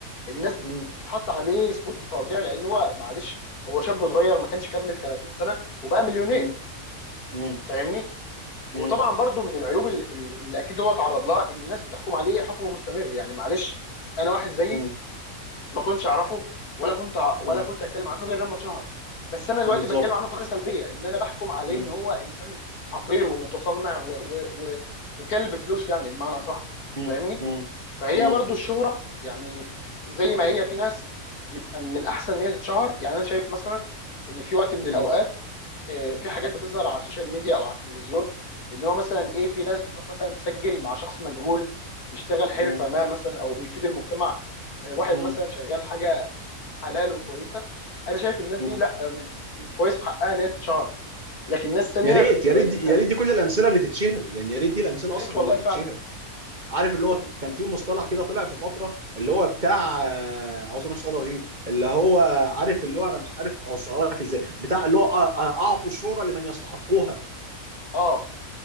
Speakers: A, on the left; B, on the right.
A: الناس
B: م- م-
A: بتحط عليه سبوت فظيع لان هو معلش هو شاب صغير ما كانش كمل 30 سنه وبقى مليونير
B: م- م-
A: فاهمني وطبعا
B: م-
A: برضو من العيوب ال- ال- اللي اكيد هو اتعرض لها ان الناس بتحكم عليه حكم مستمر يعني معلش انا واحد زيي
B: مم.
A: ما كنتش اعرفه ولا كنت ع- ولا
B: مم.
A: كنت اتكلم عنه غير لما اتشهر بس انا دلوقتي
B: بالظبط
A: بتكلم عنه بطريقه سلبيه ان انا بحكم عليه
B: مم.
A: ان هو انسان حقير ومتصنع و و و وكلب فلوس يعني بمعنى صح
B: مم.
A: فاهمني
B: مم.
A: فهي
B: مم.
A: برضو الشهرة يعني زي ما هي في ناس بيبقى من الأحسن إن هي تتشهر يعني أنا شايف مثلا إن في وقت من الأوقات
B: مم.
A: آه، في حاجات بتظهر على السوشيال ميديا أو على التلفزيون إن هو مثلا إيه في ناس بتروح مثلا تسجل مع شخص مجهول بيشتغل حرفة
B: مم.
A: ما مثلا أو بيفيد المجتمع آه، واحد
B: مم.
A: مثلا شغال حاجة حلال وكويسة أنا شايف الناس
B: مم.
A: دي لا آه، من كويس في حقها إن هي تتشهر لكن ناس تانية
B: يا ريت
A: شبه
B: يا ريت
A: اللي
B: دي-
A: أنت
B: يا ريت دي كل الامثله اللي تتشهر يعني يا ريت دي الامثله
A: يا ريت
B: اصلا
A: والله
B: اللي تتشهر
A: فعلا
B: عارف اللي
A: يا-
B: هو كان في مصطلح كده طلع في فتره اللي هو بتاع آه، اعوذ بالله من الشيطان الرجيم اللي هو عارف اللي هو انا مش عارف اوصلها لك ازاي بتاع اللي هو آه، آه، اعطوا الشهره لمن يستحقوها
A: آه